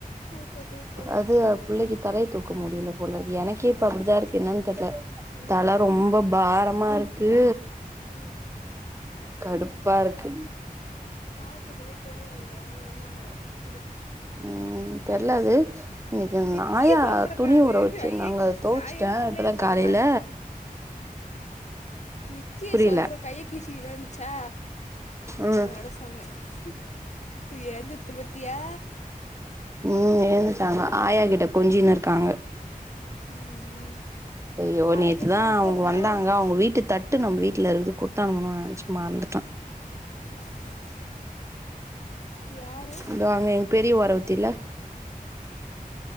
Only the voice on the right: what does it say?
அது
புள்ளக்கீ தலைய தூக்க முடில போல எனக்கே இப்ப அப்டிதா இருக்கு என்னான் தெர்ல
தல ரொம்ப பாரமா இருக்கு
கடுப்பா இருக்கு
ம் தெர்ல அது இன்னைக்கு எங்க
ஆயா
துணி
ஊற வச்சுருந்தாங்க
தொவச்சுட்டே
இப்பதா
காலைல
புரியல
ம்
ம் எழுந்துட்டாங்க ஆயாக்கிட்ட கொஞ்சின்னு இருக்காங்க
ஐயோ
நேத்துதா
அவங்க
வந்தாங்க அவங்க வீட்டு தட்டு நம்ம வீட்ல இருக்குது குத்தனுப்பணு நெனச்சே மறந்துட்டே
தோ அங்க பெரிய ஓரவத்தி இல்ல